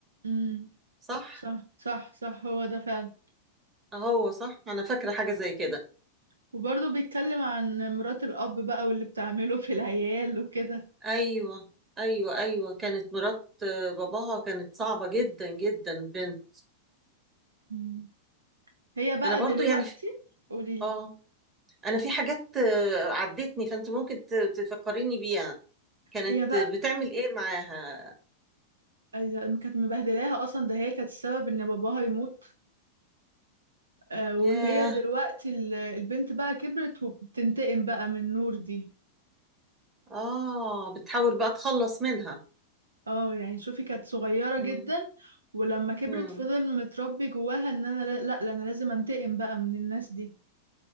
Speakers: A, on the right; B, on the right.
A: امم
B: صح؟
A: صح صح صح هو ده فعلا
B: أهو صح أنا فاكرة حاجة زي كده
A: وبرضه بيتكلم عن مرات الأب بقى واللي بتعمله <laughs> في العيال وكده
B: ايوه ايوه ايوه كانت مرات آه، باباها كانت صعبه جدا جدا بنت
A: مم. هي بقى
B: انا برضو
A: دلوقتي
B: يعني
A: قوليلي
B: اه انا في حاجات آه، عدتني فانت ممكن ت- تفكريني بيها كانت
A: هي بقى
B: بتعمل ايه معاها
A: أيوة، كانت مبهدلاها اصلا ده هي كانت السبب ان باباها يموت آه
B: ياه
A: وهي دلوقتي ال- البنت بقى كبرت وبتنتقم بقى من نور دي
B: اه بتحاول بقى تخلص منها
A: اه يعني شوفي كانت صغيرة
B: مم.
A: جدا ولما كبرت
B: مم.
A: فضل متربي جواها ان انا لا لا لا، انا لازم انتقم بقى من الناس دي